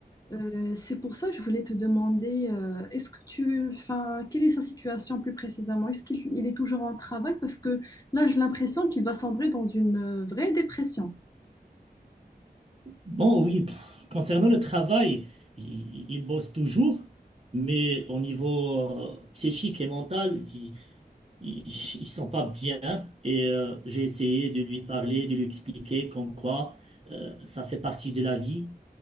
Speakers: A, on the left; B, on the right.
A: Euh, c'est pour ça que je voulais te demander, euh, est-ce que tu, enfin, quelle est sa situation plus précisément? Est-ce qu'il il est toujours en travail? Parce que là, j'ai l'impression qu'il va sombrer dans une euh, vraie dépression.
B: Bon, oui, pff, concernant le travail, il, il bosse toujours, mais au niveau euh, psychique et mental, il il il sent pas bien et euh, j'ai essayé de lui parler, de lui expliquer comme quoi euh, ça fait partie de la vie